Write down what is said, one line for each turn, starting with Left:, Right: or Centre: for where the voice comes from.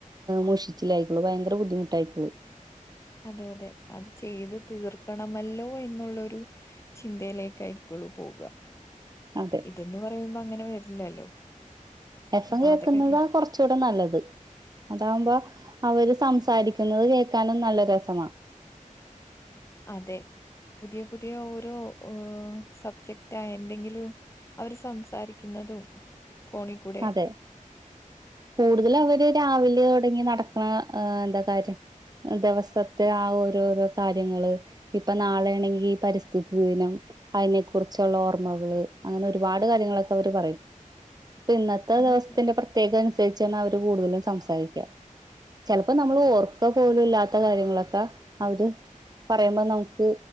Right: മുഷിച്ചിൽ ആയിരികോളും ഭയങ്കര ബുദ്ധി മുട്ടായിരിക്കും
Left: അതെ അതെ ചെയ്ത് തീർക്കണമല്ലോ എന്നുള്ളരൂ ചിന്ത യിലായിരിക്കും പോക
Right: അതെ
Left: ഇതെന്നു പറയുമ്പോൾ അങ്ങനെ വരില്ലല്ലോ
Right: എഫം
Left: ഈ
Right: കേക്കുന്നതാ
Left: പാട്ടൊക്കെ
Right: കൊറച്ചുകൂടെ നല്ലത് അതാവുമ്പോ അവര് സംസാരിക്കുന്നത് കേൾക്കാനും നല്ല രസമാ
Left: അതെ പുതിയ പുതിയ ഓരോ സബ്ജക്റ്റ് എന്തെങ്കിലും അവർ സംസാരിക്കുന്നതും ഫോണിൽ കൂടെ
Right: അതെ കൂടുതല അവര് രാവിലെ തുട നടക്കണ എന്താ കാര്യം ദിവസത്തെ ആ ഓരോരോ കാര്യങ്ങള് ഇപ്പൊ നാളെ ആണെങ്കി പരിസ്ഥിതി ദിനം അതിനെ കുുറിച്ചുള്ള ഓർമ്മകള് അങ്ങനെ ഒരുപാട് കാര്യങ്ങളൊക്കെ അവര് പറയും ഇപ്പൊ ഇന്നത്തെ
Left: അതൊക്കെ
Right: ദിവസത്തിന്റെ പ്രത്യേക ച്ചാണ് അവര് കൂടുതലും സംസാരിക്കുക ചിലപ്പോ നമ്മൾ ഓർക്ക പോലും ഇല്ലാത്ത കാര്യങ്ങളൊക്കെ അവര് പറയുമ്പോ നമുക്ക്